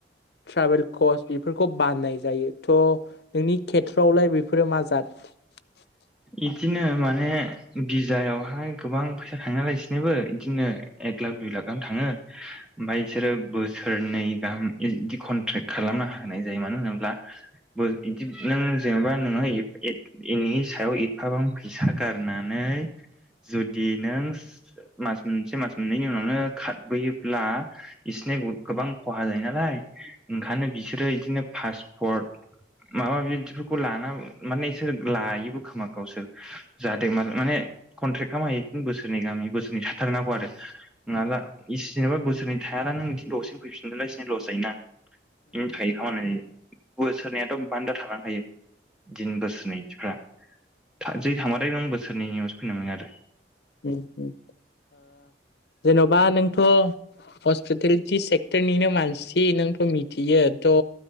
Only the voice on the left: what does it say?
ट्रभेल करर्च बेफोरखौ बानाय जायो थ' नोंनि खेथ्र'आवलाय बेफोरो मा जाद? <inaudible>
दम जेन'बा नोंथ' हस्पिटेलिटि सेक्टरनिनो मानसि नोंथ' मिथियो थ'